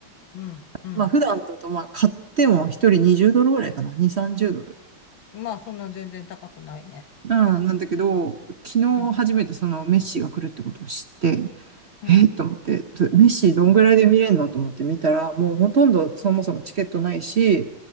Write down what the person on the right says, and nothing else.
まあ普段だとまあ買っても一人20ドルぐらいかな、2、30ドル。
うんなんだけど、昨日初めてそのメッシが来るってことを知って、
えー、と思って、どメッシどんぐらいで見れるのと思って見たら、もうほとんどそもそもチケットないし、